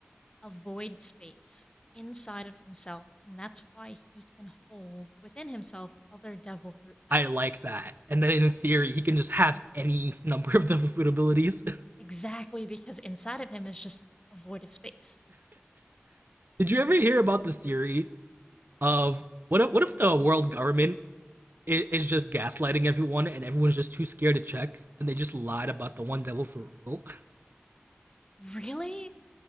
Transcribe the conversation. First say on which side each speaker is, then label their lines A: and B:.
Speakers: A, on the left (about 20°); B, on the right (about 50°).
A: a void space inside of himself, and that's why he can hold within himself other devil fruit powers?
B: I like that. And then in theory, he can just have any <laughs> number of the food abilities.
A: Exactly because inside of him is just a void of space.
B: <laughs> Did you ever hear about the theory of what if, what if the world government is just gaslighting everyone and everyone's just too scared to check and they just lied about the one devil fruit rule?
A: Really?